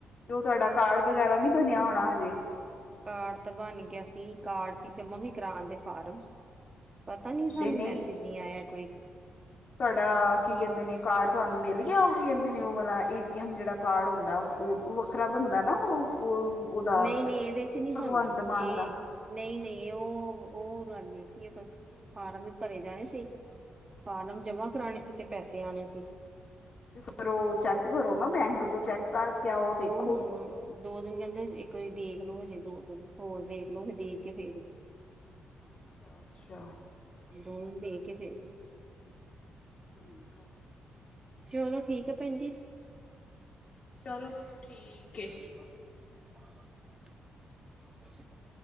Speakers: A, on the left; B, on the right.
A: ਤੇ ਉਹ ਤੁਹਾਡਾ ਕਾਰਡ ਵਗੈਰਾ ਨੀ, ਬਣਿਆ ਹੋਣਾ ਹਜੇ?
B: ਕਾਰਡ ਤਾਂ ਬਣ ਗਿਆ ਸੀ। ਕਾਰਡ ਵੀ ਜਮਾ ਵੀ ਕਰਾ ਆਂਦੇ ਫਾਰਮ। ਪਤਾ ਨੀ ਸਾਨੂੰ,
A: ਤੇ ਨਹੀਂ
B: ਮੈਸੇਜ ਨੀ ਆਇਆ ਕੋਈ।
A: ਤੁਹਾਡਾ ਕੀ ਕਹਿੰਦੇ ਨੇ, ਕਾਰਡ ਤੁਹਾਨੂੰ ਮਿਲ ਗਿਆ। ਉਹ ਕੀ ਕਹਿੰਦੇ ਨੇ ਉਹ ਵਾਲਾ ਜਿਹੜਾ ਕਾਰਡ ਹੁੰਦਾ। ਉਹ ਵੱਖਰਾ ਬਣਦਾ ਨਾ ਉਹ -ਉਹ ਉਹਦਾ
B: ਨਹੀਂ ਨਹੀਂ ਇਹਦੇ ਚ ਨਹੀਂ ਬਣਦਾ
A: ਭਗਵੰਤ ਮਾਨ
B: ਇਹ
A: ਦਾ।
B: ਨਹੀਂ -ਨਹੀਂ, ਉਹ -ਉਹ ਗੱਲ ਨਹੀਂ ਸੀ, ਇਹ ਬਸ ਫਾਰਮ ਹੀ ਭਰੇ ਜਾਣੇ ਸੀ। ਫਾਰਮ
A: ਹੂੰ
B: ਜਮਾ ਕਰਾਣੇ ਸੀ, ਤੇ ਪੈਸੇ ਆਉਣੇ ਸੀ।
A: ਤੇ ਫੇਰ ਉਹ ਚੈੱਕ ਕਰੋ ਨਾ, ਬੈਂਕ ਤੋਂ ਚੈੱਕ ਕਰਕੇ ਆਓ
B: ਉਹ
A: ਦੇਖੋ।
B: ਹੁਣ ਦੋ ਦਿਨ ਕਹਿੰਦੇ, ਇੱਕ ਵਾਰੀ ਦੇਖ ਲਉ ਹਜੇ ਦੋ ਦਿਨ ਹੋਰ ਦੇਖ ਲਉ, ਫਿਰ ਦੇਖ ਕੇ ਫੇਰ।
A: ਅੱਛਾ -ਅੱਛਾ।
B: ਦੋ ਦਿਨ ਦੇਖਕੇ, ਫਿਰ।
A: ਹਮ।
B: ਚਲੋ ਠੀਕ ਹੈ, ਭੈਣ ਜੀ।
A: ਚਲੋ ਠੀਕ।
B: <unintelligible>
A: ਏ।